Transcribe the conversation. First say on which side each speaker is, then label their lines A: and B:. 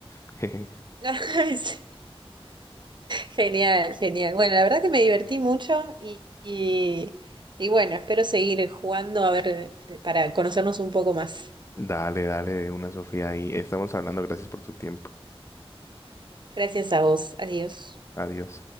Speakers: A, on the left; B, on the right.
A: <laughs>
B: <laughs> Ay, sí. Genial, genial. Bueno, la verdad que me divertí mucho y, y, y bueno, espero seguir jugando a ver eh, para conocernos un poco más.
A: Dale, dale, una Sofía ahí. Estamos hablando, gracias por tu tiempo.
B: Gracias a vos. Adiós.
A: Adiós.